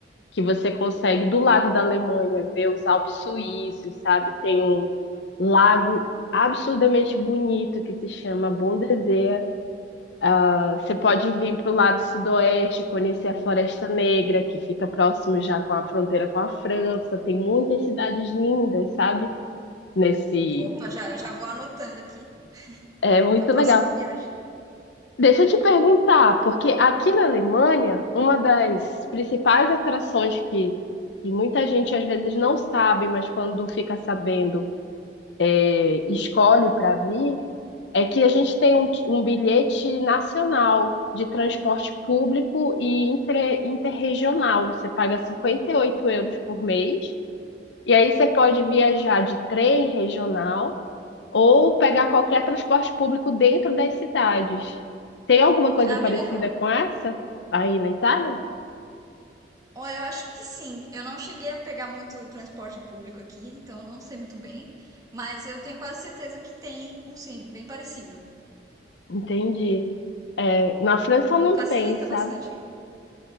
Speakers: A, on the left; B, on the right.
A: que você consegue, do lado da Alemanha, ver os Alpes suíços, sabe? Tem um lago absurdamente bonito que se chama Bondesee. Ah, Você pode vir para o lado sudoeste, conhecer a Floresta Negra, que fica próximo já com a fronteira com a França. Tem muitas cidades lindas, sabe? Nesse.
B: Opa, já, já vou anotando aqui
A: É muito
B: pra próxima
A: legal.
B: viagem.
A: Deixa eu te perguntar, porque aqui na Alemanha, uma das principais atrações que, que muita gente às vezes não sabe, mas quando fica sabendo é, escolhe para vir é que a gente tem um, um bilhete nacional de transporte público e inter, interregional. Você paga 58 euros por mês, e aí você pode viajar de trem regional ou pegar qualquer transporte público dentro das cidades. Tem alguma coisa
B: Ah,
A: parecida
B: bem legal.
A: com essa aí na Itália?
B: Ó, eu acho que sim. Eu não cheguei a pegar muito transporte público aqui, então eu não sei muito bem. Mas eu tenho quase certeza que tem um sim, bem parecido.
A: Entendi. É, na França não
B: Facilita
A: tem, sabe?
B: bastante.